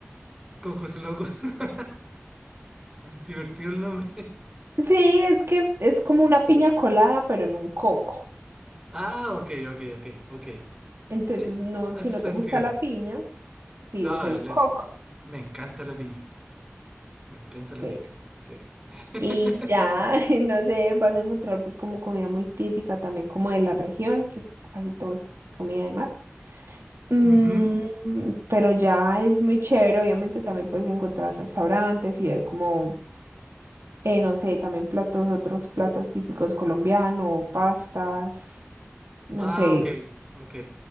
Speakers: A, on the right; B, on the right.
A: Cocos locos. <laughs> Divertido el nombre.
B: Sí, es que es como una piña colada, pero en un coco.
A: Ah, ok, ok, ok, ok.
B: Entonces,
A: Sí,
B: no,
A: hace
B: si no
A: sentido.
B: te gusta la piña, pides
A: Ah,
B: el
A: la-
B: coco.
A: me encanta la piña. Me encanta
B: Sí.
A: la piña. Sí. <laughs>
B: Y ya, <laughs> no sé, vas a encontrar pues como comida muy típica también como de la región, que casi todo es comida de mar. Mm,
A: Ujú.
B: pero ya es muy chévere, obviamente también puedes encontrar restaurantes y ver como, eh, no sé, también platos, otros platos típicos colombianos, pastas, no
A: Ah,
B: sé,
A: ok, ok.